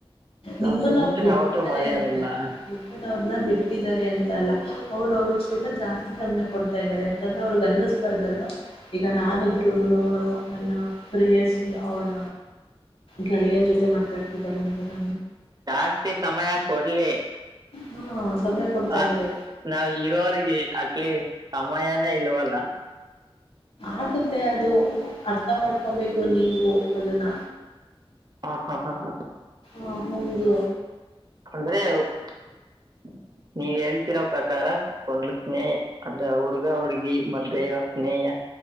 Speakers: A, on the right; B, on the left.
A: ನಾವ್
B: ನಿಮ್ಮನ್ನ್ರು
A: ಫ್ರೆಂಡ್ಸ್
B: ಬಿಟ್ಟಿದ್ದಾರೆ
A: ಯಾವತ್ತೂ ಮರೆಯಲ್ಲ
B: ಅಂತೆ ನಿಮ್ಮವ್ರನ್ನ ಬಿಟ್ಟಿದ್ದಾರೆ ಅಂತ ಅಲ್ಲ ಅವ್ರ ಅವ್ರ ಸ್ವಲ್ಪ ಜಾಸ್ತಿ ಸಮಯ ಕೊಡ್ತಾ ಇದ್ದಾರೆ ಯಾಕಂದ್ರೆ ಅವ್ರಗ್ ಅನ್ನಿಸ್ಬಾರ್ದಲ್ವಾ ಈಗ ನಾನ ಇದ್ರು ಲೋನು ನನ್ನ ಪ್ರೆಯಸಿ ಅವಳ ಗೆಳೆಯನ್ ಜೊತೆ ಮಾತಾಡ್ತಿದ್ದಳಂತ ನ
A: ಜಾಸ್ತಿ ಸಮಯ ಕೊಡ್ಲಿ
B: ಹಾ ಸಮಯ ಕೊಡ್ತಾ
A: ಅ
B: ಇದ್ದಾರೆ
A: ನಾವು ಇರೋವರೆಗೆ ಅಟ್ಲೀ ಸಮಯನೇ ಇಲ್ವಲ್ಲ
B: ಆಗುತ್ತೆ ಅದು ಅರ್ಥ ಮಾಡ್ಕೊಬೇಕು ನೀವು ಅದನ್ನ
A: ಹಾ ಹಾ ಹಾ ಹಾ
B: ಹಾ ಹೌದು
A: ಅಂದ್ರೆ <inaudible> ನೀವ್ ಹೇಳ್ತಿರೋ ಪ್ರಕಾರ ಒಂದು ಸ್ನೇಹ ಅಂದ್ರೆ ಹುಡುಗ ಹುಡುಗಿ ಮದ್ಯ ಇರೋ ಸ್ನೇಹ